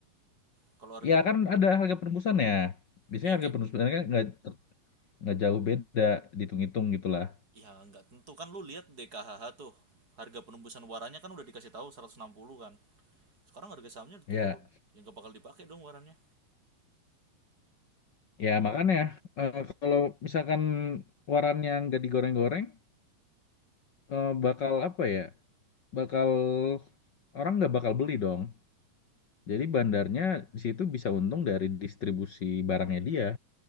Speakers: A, on the right (about 25°); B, on the left (about 85°).
A: Kalau harga
B: Ya
A: penu-
B: kan ada harga penembusan ya. Biasanya
A: iya
B: harga
A: kayak
B: penembusan kan nggak ter- nggak jauh beda dihitung-hitung gitulah.
A: ya enggak tentu kan lu lihat DKHH tuh harga penembusan warannya kan udah dikasih tahu 160 kan. Sekarang harga sahamnya udah
B: Ya,
A: turun. Ya enggak bakal dipakai dong warannya.
B: ya makanya eh, kalau misalkan warannya nggak digoreng-goreng, eh, bakal apa ya? Bakal orang nggak bakal beli dong. Jadi bandarnya di situ bisa untung dari distribusi barangnya dia,